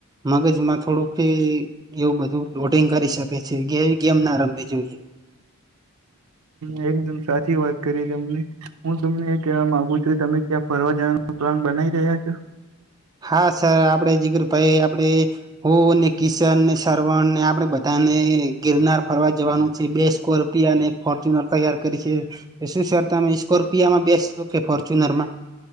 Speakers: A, on the right (about 15°); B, on the right (about 80°).
A: મગજમાં થોડુંક એવું બધું લોડિંગ કરી શકે છે વીએ ગેમ ના રમવી જોઈએ
B: હ એકદમ સાચી વાત કરી તમને હું તમને એ કહેવા માંગુ છું કે તમે ક્યાં ફરવા જવાનું પ્લાન બનાવી રહ્યા છો
A: હા સર આપડે જીગર ભાઈ આપડે હો ને કિશન ને શવણ ને આપડે બધાને ગિરનાર ફરવા જવાનું છે બે સ્કોર ને એક ફોર્ચ્યુનર તૈયાર કરી છે તમે સ્કોર્પીયામાં બેસશો કે ફોર્ચ્યુનરમાં